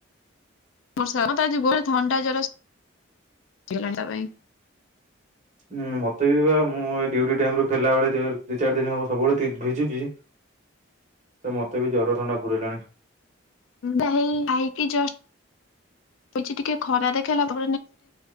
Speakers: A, on the left; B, on the right.
A: ବର୍ଷା ମତେ ଆଜି ପୁରା ଥଣ୍ଡା ଜର ହେଇଗଲାଣି ତା ପାଇଁ।
B: ହୁଁ ମତେ ବି ବା ମୁଁ ଏଇ ଡ୍ୟୁଟି ଟାଇମ ରୁ ଫେରିଲା ବେଳେ <unintelligible> ଦୁଇ ଚାରି ଦିନ ହବ ସବୁବୋଳେ ତି ଭିଜୁଚି
A: <inaudible>
B: ତ ମତେ ବି ଜର ଥଣ୍ଡା ପୁରେଇଲାଣି।
A: ମୁଁ ପା ହେଇ <unintelligible> ଶୋଇଚି ଟିକେ ଖରା ଦେଖେଇଲା <unintelligible>